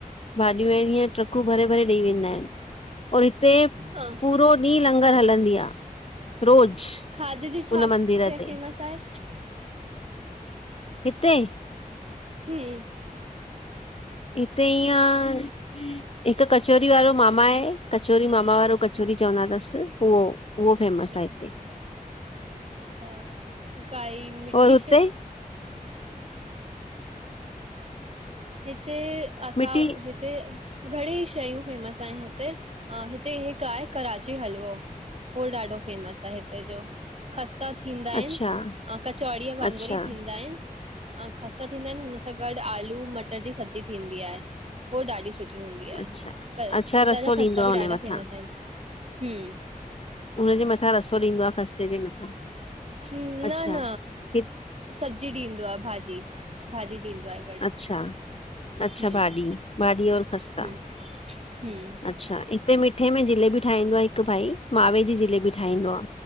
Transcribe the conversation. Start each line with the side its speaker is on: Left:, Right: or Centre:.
Left: भाॼियूं ईअं ट्रकूं भरे- भरे ॾेई वेंदा आहिनि। और हिते
Right: हा
Left: पूरो ॾींहुं लंगर हलंदी आ। रोज
Right: खाधे जी शा
Left: हुन मंदिर
Right: शै
Left: ते
Right: फेमस आहे?
Left: हिते?
Right: हम
Left: हिते ईअं आ हिकु कचोरी वारो मामा आहे कचोरी मामा वारो कचोरी चवंदा तसि उहो। उहो फेमस
Right: अच्छा
Left: आहे हिते
Right: अच्छा काई मिठी
Left: और हुते
Right: शइ? हिते असां
Left: मिटी
Right: हिते घणेई शयूं फेमस आहिनि हिते। ह हिते हिकु आहे कराची हलवो होो ॾाढो फेमस आ हिते जो। खस्ता थींदा
Left: अच्छा
Right: आहिनि। ऐं कचौड़ीअ
Left: अच्छा
Right: वांगुरु ई थींदा आहिनि अ खस्ता थींदा आहिनि हुन सां गॾु आलू मटर जी सब्जी थींदी आहे हो ॾाढी सुठी सुठी हूंदी आहे
Left: अच्छा अच्छा
Right: हितां
Left: रसो
Right: जा खसा
Left: ॾींदो आ
Right: बि
Left: हुनजे
Right: ॾाढा
Left: मथां
Right: फेमस आहिनि।
Left: हुनजे मथां रसो ॾींदो आ ख़स्ते जे मथां।
Right: न
Left: अच्छा
Right: न
Left: हि-
Right: सब्जी ॾींदो आ भाॼी, भाॼी ॾींदो आहे। गॾु
Left: अच्छा अच्छा
Right: हम्म
Left: भाॼी, भाॼी और खस्ता।
Right: हम्म हम्म
Left: अ्छा हिते मिठे में जिलेबी ठाहींदो आ हिकु भाई मावे जी जिलेबी ठाहींदो आ।